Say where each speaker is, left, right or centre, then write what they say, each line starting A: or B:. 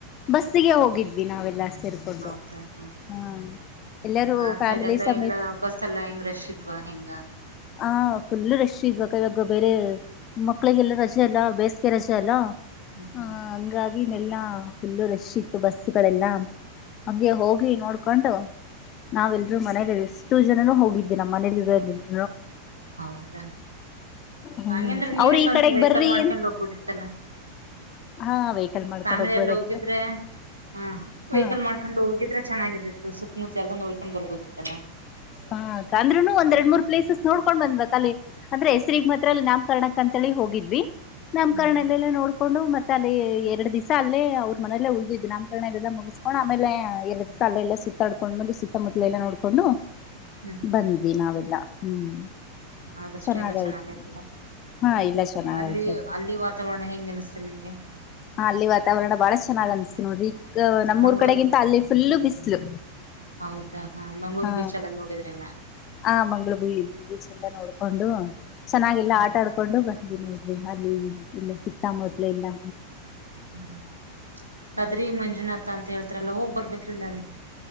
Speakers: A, on the left (about 35°); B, on the right (about 80°).
A: ಬಸ್ಸಿಗೆ ಹೋಗಿದ್ವಿ ನಾವೆಲ್ಲ ಸೇರ್ಕೊಂಡು
B: ಹೌದಾ ಹ್ಮ
A: ಹಾ. ಎಲ್ಲರೂ
B: ಆ
A: ಫ್ಯಾಮಿಲಿ
B: ಸೈಡ್ ಎಲ್ಲ
A: ಸಮೇತ
B: ಎಲ್ಲ ಬಸ್ ಎಲ್ಲಾ ಹೆಂಗ ರಶ್ ಇದ್ವಾ ಹೆಂಗ?
A: ಆ ಫುಲ್ ರಶ್ ಇದ್ವಕ್ಕ ಇವಾಗ ಬೇರೆ ಮಕ್ಳಿಗೆಲ್ಲ ರಜೆ ಅಲ್ಲಾ ಬೇಸಿಗೆ ರಜೆ ಅಲ್ಲ.
B: ಹ್ಮ್ ಹ್ಮ್
A: ಹಾ ಹಂಗಾಗಿ ಈಗೆಲ್ಲಾ ಫುಲ್ಲು ರಶ್ ಇತ್ತು ಬಸ್ಗಳೆಲ್ಲಾ ಹಂಗೆ ಹೋಗಿ ನೋಡ್ಕೊಂಡು ನಾವೆಲ್ರೂ ಮನೇಲಿ ಇಷ್ಟು ಜನನು ಹೋಗಿದ್ವಿ ನಮ್ಮ ಮನೇಲಿರೋ ಬಿಟ್
B: ಹೌದಾ
A: ಹ್ಮ್
B: ಹಂಗಂದ್ರೆ ನೀವೇ
A: ಅವ್ರ
B: ಸ್ವಂತ
A: ಈ ಕಡೆಗ್
B: ವೆಹಿಕಲ್
A: ಬರ್ರಿ
B: ಮಾಡ್ಕೊಂಡ್ ಹೋಗ್ಬೋದಿತ್ತಲ್ಲ.
A: ಹಾ ವೆಹಿಕಲ್ ಮಾಡ್ಕೊಂಡ್
B: ಫ್ಯಾಮಿಲಿ
A: ಹೋಗ್ಬೋದಾಗಿತ್ತು
B: ಎಲ್ಲ ಹೋಗಿದ್ರೆ ಹಾ ವೆಹಿಕಲ್
A: ಹಾ
B: ಮಾಡ್ಕೊಂಡು ಹೋಗಿದ್ರೆ ಚೆನ್ನಾಗಿರ್ತಿತ್ತು ಸುತ್ತಮುತ್ತ ಎಲ್ಲ ನೋಡ್ಕೊಂಡ್ ಬರ್ಬೋದಿತ್ತಲ್ಲಾ.
A: ಹಾ ಅಕ್ಕ ಅಂದ್ರುನೂ ಒಂದ ಎರಡ್ ಮೂರ್ ಪ್ಲೇಸಸ್ ನೋಡ್ಕೊಂಡ್ ಬಂದ್ವಕ್ಕ ಅಲ್ಲಿ ಅಂದ್ರೆ ಹೆಸ್ರಿಗ್ ಮಾತ್ರ ಅಲ್ಲಿ ನಾಮಕರ್ಣಕ್ ಅಂತ ಲ್ಲಿ ಹೋಗಿದ್ವಿ ನಾಮಕರಣನೆಲ್ಲ
B: ಹ್ಮ್ ಹ್ಮ್
A: ನೋಡ್ ಕೊಂಡು ಮತ್ತೆ ಅಲ್ಲಿ ಎರಡು ದಿವಸ ಅಲ್ಲೇ ಅವ್ರ ಮನೇಲ್ಲೇ ಉಳ್ದಿದ್ದು ನಾಮಕರಣ ಇದೆಲ್ಲ ಮುಗಿಸ್ಕೊಂಡು ಆಮೇಲೆ ಎರಡು ದಿಸ ತ್ತಲ್ಲೆಲ್ಲ ಸುತ್ತಾಡ್ಕೊಂಡ್ಬಂದು ಸುತ್ತಮುತ್ಲಲೆಲ್ಲ ನೋಡಕೊಂಡು
B: ಹ್ಮ್ ಹ್ಮ್
A: ಬಂದ್ವಿ ನಾವೆಲ್ಲಾ ಹ್ಮ್
B: ಆದಷ್ಟು
A: ಚೆನ್ನಾಗಯ್ತು
B: ಎಲ್ಲ ಚೆನ್ನಾಗೈತಲ್ಲ?
A: ಹಾ ಇಲ್ಲ ಚೆನ್ನಾಗಯ್ತ
B: ಅಲ್ಲಿ
A: ಆಯ್ತು
B: ಅಲ್ಲಿ ವಾತಾವರಣ ಹೆಂಗ್ ಆನ್ಸುತು ನಿಮ್ಗೆ?
A: ಹ ಅಲ್ಲಿ ವಾತಾವರಣ ಬಾಳ ಚೆನ್ನಾಗ್ ಅನ್ಸ್ತು ನೋಡ್ರಿ ಈ ನಮ್ಮ್ಊರ್
B: ಮಂಗಳೂರು
A: ಕಡೆಗಿಂತ ಅಲ್ಲಿ ಫುಲ್ಲು ಬಿಸ್ಲು.
B: ಹೌದಾ ಮಂಗಳೂರು
A: ಹಾ
B: ಬೀಚ್ ಎಲ್ಲ ನೋಡಿದ್ರೆನಾ
A: ಹ ಮಂಗಳೂ ಬೀಚ್ ಎಲ್ಲ ನೋಡ್ ಕೊಂಡು ಚೆನ್ನಾಗೆಲ್ಲಾ
B: ಹ್ಮ್
A: ಆಟ ಆಡ್ಕೊಂಡು ಬಂದ್ವಿ ನೋಡ್ರಿ ಅಲ್ಲಿ ಇಲ್ಲ ಸಿಕ್ತಾ ಮೊದ್ಲೆ ಎಲ್ಲಾ.
B: ಹ್ಮ ಬದ್ರಿ ಮಂಜುನಾಥ ಅಂತ ಹೇಳ್ತಾರಲ್ಲ ಹೋಗ್ ಬರ್ಬೇಕ್ರಿಲ್ಲ ಅಲ್ಲಿ